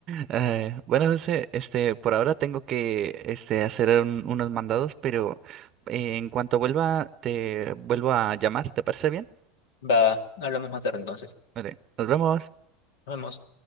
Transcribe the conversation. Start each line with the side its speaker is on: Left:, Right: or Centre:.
Right: Eh, bueno, José, este, por ahora tengo que este, hacer un- unos mandados, pero eh, en cuanto vuelva, te vuelvo a llamar, ¿te parece bien?
Left: Va, hablamos más tarde entonces.
Right: Vale, nos vemos.
Left: Nos vemos.